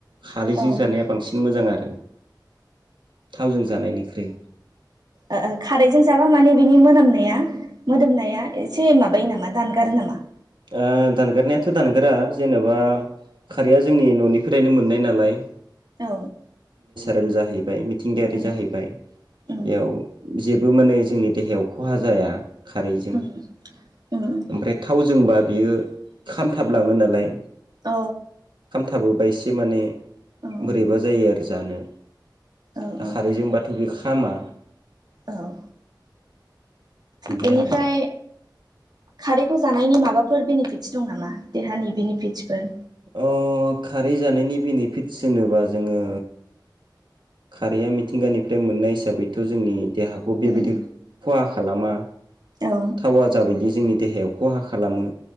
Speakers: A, on the right (about 80°); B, on the right (about 60°).
A: खारैजों
B: अ ओ
A: जानाया बांसिन मोजां आरो <inaudible> थावजों जानायनिख्रुइ।
B: ओ ओ खारैजों जाबा माने बिनि मोनामनाया मोदोमनाया एसे माबायो नामा दानगारो नामा?
A: ओ दानगारनायाथ' दानगारा जेनेबा खारैया जोंनि न'निफ्रायनो मोननाय नालाय
B: औ।
A: रेल जाहैबाय मिथिंगायारि
B: उम
A: जाहैबाय।
B: उम
A: बेयाव जे बो माने जोंनि देहायाव खहा जाया खारैजों।
B: उम उम
A: ओमफ्राय थावजों जोंबा बियो खा मथाबलाङो नालाय
B: औ
A: खामथाबोबा ए‌ जि माने
B: औ
A: बोरैबा जायो आरो जानो।
B: औ
A: दा खारैजोंबाथ' बे खामा।
B: औ
A: बिदि
B: बेनिफ्राय
A: आरो
B: खारैखौ जानायनि माबाफोर बेनिफिटस दं नामा देहानि बेनिफिटसफोर?
A: अ खारै जानायनि बेनिफिटस होनोबा जोङो खारैया मिथिंगानिफ्राय मोननाय हिसाबैथ' जोंनि देहाखौ बेबायदि
B: उम
A: खहा खालामा।
B: औ
A: थावा जाबायदि जोंनि देहायाव खहा खालामो